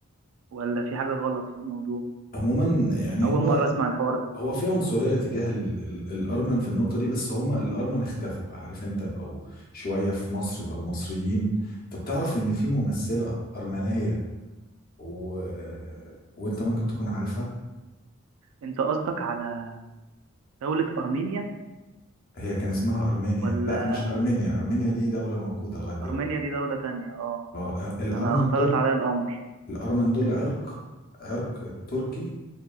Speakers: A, on the right; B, on the left.
A: ولا في حاجة غلط في الموضوع
B: عموما يعني
A: أول
B: هو
A: مرة أسمع الحوار ده
B: هو في عنصرية تجاه ال ال الأرمن في النقطة دي بس هم الأرمن اختفوا بقى عارف انت بقوا شوية في مصر بقوا مصريين طب تعرف ان في ممثلة أرمنية و... وانت ممكن تكون عارفها
A: أنت قصدك على دولة أرمينيا
B: هي كان اسمها أرمينيا
A: ولا
B: لا مش أرمينيا أرمينيا دي دولة موجودة لغاية دلوقتي
A: أرمينيا دي دولة تانية اه
B: اه الأرمن
A: أنا اختلط
B: دول
A: عليا الأمر
B: الأرمن دول عرق عرق تركي